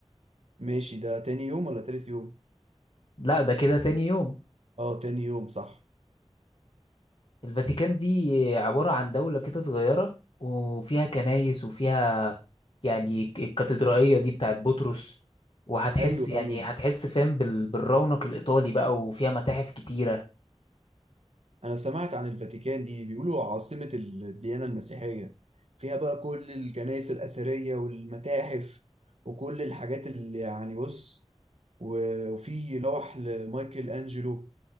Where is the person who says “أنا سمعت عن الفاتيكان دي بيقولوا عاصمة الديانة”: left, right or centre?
Right